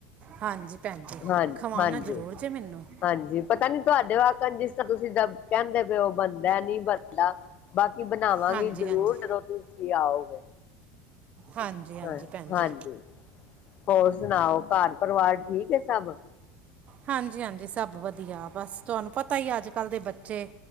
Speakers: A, on the right; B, on the left.
A: ਹਾਂਜੀ ਭੈਣ ਜੀ
B: ਹਾਂ
A: ਖਵਾਣਾ
B: ਹਾਂਜੀ-
A: ਜ਼ਰੂਰ ਜੇ ਮੈਨੂੰ
B: ਹਾਂਜੀ ਪਤਾ ਨੀ ਤੁਹਾਡੇ ਵਕ ਜਿਸਦਾ ਤੁਸੀਂ ਦੱਸਦੇ ਕਹਿੰਦੇ ਪਏ ਹੋ ਬਣਦਾ ਨਹੀਂ। ਲਾ ਬਾਕੀ ਬਣਾਵਾਂਗੀ
A: ਹਾਂਜੀ
B: ਜਰੂਰ
A: ਹਾਂਜੀ
B: ਜਦੋਂ ਤੁਸੀਂ ਆਓਗੇ।
A: ਹਾਂਜੀ ਹਾਂਜੀ
B: ਹੂੰ,
A: ਭੈਣ
B: ਹਾਂਜੀ,
A: ਜੀ
B: ਹੋਰ ਸੁਣਾਓ ਘਰ ਪਰਿਵਾਰ ਠੀਕ ਹੈ ਸਭ?
A: ਹਾਂਜੀ-ਹਾਂਜੀ, ਸਭ ਵਧੀਆ ਬਸ ਤੁਹਾਨੂੰ ਪਤਾ ਹੀ ਅੱਜ ਕੱਲ ਦੇ ਬੱਚੇ।